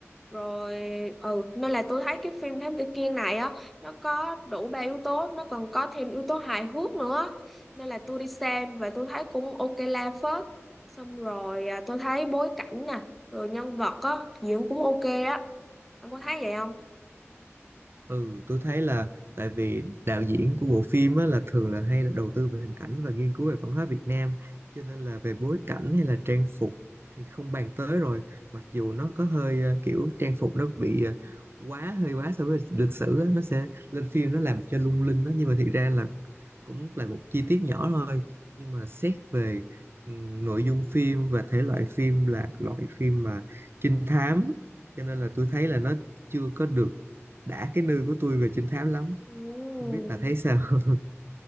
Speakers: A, in the centre; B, on the right (about 50°).
A: rồi ừ nên là tôi thấy cái phim Thám Tử Kiên này á nó có đủ ba yếu tố nó còn có thêm yếu tố hài hước nữa nên là tôi đi xem và tôi thấy cũng ok la phết xong rồi à, tôi thấy bối cảnh nè rồi nhân vật á diễn cũng ok á ông có thấy vậy không
B: Ừ, tôi thấy là tại vì đạo diễn của bộ phim á, là thường là hay là đầu tư về hình ảnh và nghiên cứu về văn hóa Việt Nam cho nên là về bối cảnh hay là trang phục thì không bàn tới rồi mặc dù nó có hơi ờ, kiểu trang phục nó bị ờ, quá hơi quá so với lịch sử á, nó sẽ lên phim nó làm cho lung linh đó nhưng mà thiệt ra là cũng là một chi tiết nhỏ thôi nhưng mà xét về ừm, nội dung phim và thể loại phim là loại phim mà trinh thám cho nên là tôi thấy là nó chưa có được đã cái nư của tôi về trinh thám lắm
A: ừ.
B: không biết bà thấy sao <laughs>